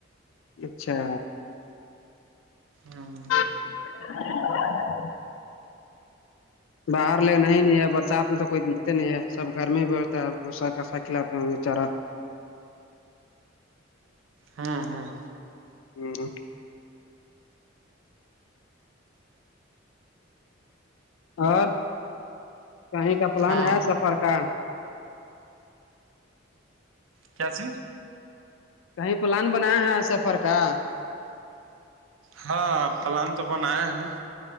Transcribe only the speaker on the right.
ہوں
ہوں ہوں
ہوں
کیا س
ہاں پلان تو بناائے ہیں